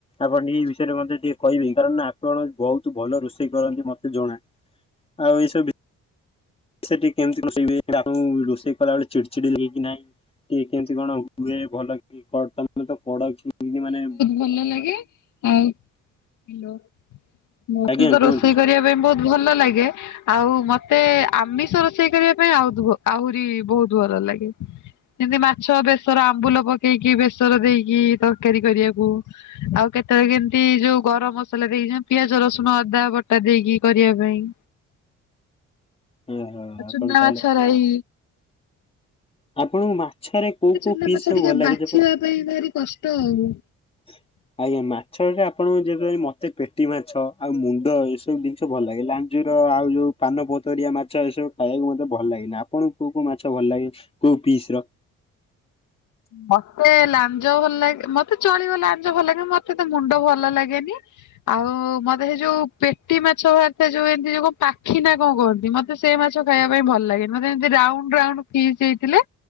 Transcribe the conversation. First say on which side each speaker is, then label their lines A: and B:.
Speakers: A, on the left; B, on the left.
A: ଆପଣ ଏଇ ବିଷୟରେ ମଧ୍ୟ ଟିକେ କହିବେ କାରଣ ଆପଣ ବହୁତ ଭଲ ରୋଷେଇ କରନ୍ତି ମତେ ଜଣା ଆଉ ଏଇ ସବୁ। ସେଠି କେମତି ରୋଷେଇ ହୁଏ ରୋଷେଇ କଲା ବେଳେ ଚିଡି ଚିଡି ଲାଗେ କି ନାଇଁ <unintelligible> କି କେମତି କଣ ହୁଏ ଭଲ କି <inaudible> ମାନେ,
B: ଭଲ ଲାଗେ ଆଉ ହାଲୋ। ମତେ
A: ଆଜ୍ଞା
B: ତ
A: କୁହନ୍ତୁ।
B: ରୋଷେଇ କରିବା ପାଇଁ ବହୁତ ଭଲ ଲାଗେ। ଆଉ ମତେ ଆମିଷ ରୋଷେଇ କରିବା ପାଇଁ ଆଉ ଆହୁରି ବହୁତ ଭଲ ଲାଗେ। ଯେମିତି ମାଛ ବେସର ଆମ୍ବୁଲ ପକେଇକି ବେସର ଦେଇକି ତରକାରୀ କରିବାକୁ, ଆଉ କେତେବେଳେ କେମିତି ଯୋଉ ଗରମ ମସଲା ଦେଇକି ଯୋଉ ପିଆଜ ରସୁଣ ଅଦା ବଟା ଦେଇକି କରିବା ପାଇଁ।
A: ଓହୋ
B: ଆଉ
A: ଆପଣ
B: ଚୁନା
A: ତାହେଲେ
B: ମାଛରାଇ
A: ଆପଣଙ୍କୁ ମାଛରେ କୋଉ
B: ଚୁନା
A: କୋଉ ପିସ
B: ମାଛ
A: ସବୁ
B: ଟିକେ
A: ଭଲ ଲାଗେ
B: ବାଛିବା
A: ଯେ?
B: ପାଇଁ ଭାରି କଷ୍ଟ ଆଉ।
A: <inaudible> ଆଜ୍ଞା ମାଛରେ ଆପଣଙ୍କୁ ଯେ ମତେ ପେଟି ମାଛ ଆଉ ମୁଣ୍ଡ ଏସବୁ ଜିନିଷ ଭଲ ଲାଗିଲା ଲା ଖଜୁର ଆଉ ଯେଉଁ ପାନ ପତରିଆ ମାଛ ଏସବୁ ଖାଇବାକୁ ମୋତେ ଭଲ ଲାଗେନି ଆପଣଙ୍କୁ କୋଉ କୋଉ ମାଛ ଭଲ ଲାଗେ? କଉ ଫିସ ର?
B: ମତେ ଲାଞ୍ଜ ଭଲ ଲାଗେ ମତେ ଚଳିବ ଲାଞ୍ଜ ଭଲ ଲାଗେ ମତେ ତ ମୁଣ୍ଡ ଭଲ ଲାଗେନି। ଆଉ ମତେ ସେଇ ଯୋଉ ପେଟି ମାଛ ବାହାରିଥାଏ ଯୋଉ ଏମିତି ଯୋଉ କଣ ପାଖି ନା କଣ କହନ୍ତି ମତେ ସେ ମାଛ ଖାଇବା ପାଇଁ ଭଲ ଲାଗେନି ମତେ ଏମିତି ରାଉଣ୍ଡ ରାଉଣ୍ଡ ଫିସ ହେଇଥିଲେ